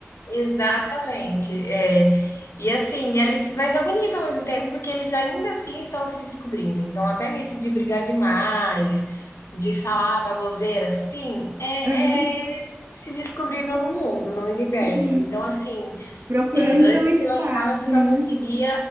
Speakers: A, on the left; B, on the right.
A: Exatamente, é. E assim, eles mas é bonito ao mesmo tempo, porque eles ainda assim estão se descobrindo, então até nisso de brigar demais, de falar baboseira, assim, é é
B: Aham.
A: eles se descobrindo no mundo, no universo.
B: E
A: Então assim,
B: procurando
A: eh, antes
B: seu espaço,
A: eu achava que eu só
B: né?
A: conseguia